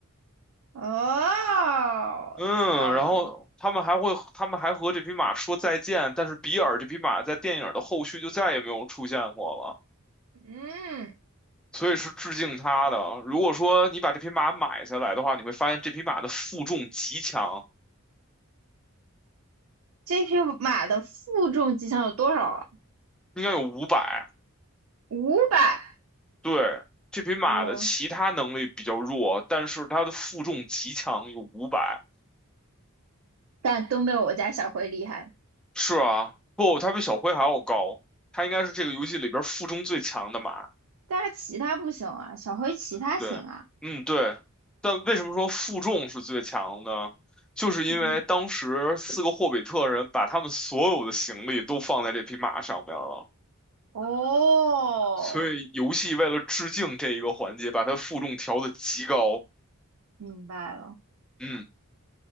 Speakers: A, on the right (about 70°); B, in the centre.
A: 哦，
B: 嗯，
A: 知道了。
B: 然后他们还会，他们还和这匹马说再见，但是比尔这匹马在电影的后续就再也没有出现过了，
A: 嗯，
B: 所以是致敬他的。如果说你把这匹马买下来的话，你会发现这匹马的负重极强，
A: 这匹马的负重极限有多少啊？
B: 应该有五百。
A: 五百。
B: 对，这匹马的其他能力比较弱，
A: 嗯，
B: 但是它的负重极强，有五百。
A: 但都没有我家小灰厉害。
B: 是啊，不，它比小灰还要高，它应该是这个游戏里边负重最强的马。
A: 但是其他不行啊，小灰其他行啊。
B: 对，嗯，对。但为什么说负重是最强呢？就是因为当时四个霍比特人把他们所有的行李都放在这匹马上面了，
A: 嗯，哦，
B: 所以游戏为了致敬这一个环节，把它负重调的极高。
A: 明白了，
B: 嗯。